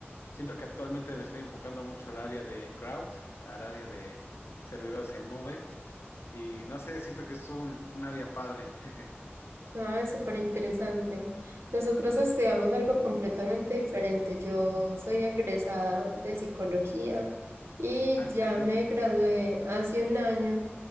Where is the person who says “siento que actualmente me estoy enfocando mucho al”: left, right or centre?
Left